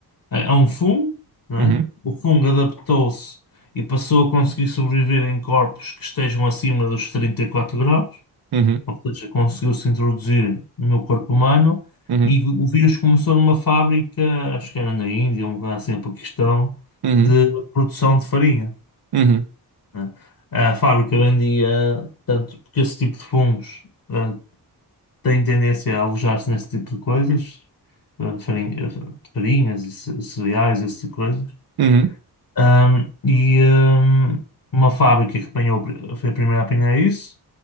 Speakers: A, on the left; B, on the right.
A: é, é um fungo, né?
B: Uhum,
A: O fungo adaptou-se e passou a conseguir sobreviver em corpos que estejam acima dos 34 graus.
B: uhum,
A: Ou seja, conseguiu-se introduzir no corpo humano
B: uhum,
A: e o vírus começou numa fábrica, acho que era na Índia, um lugar assim, no Paquistão,
B: uhum,
A: de produção de farinha.
B: uhum,
A: né? A fábrica vendia, tanto porque esse tipo de fungos eh, tem tendência a alojar-se nesse tipo de coisas, eh, farinha- eh, farinhas e ce- cereais, esse tipo de coisas.
B: uhum,
A: Ahm, e ahm, uma fábrica que apanhou, foi a primeira a apanhar isso.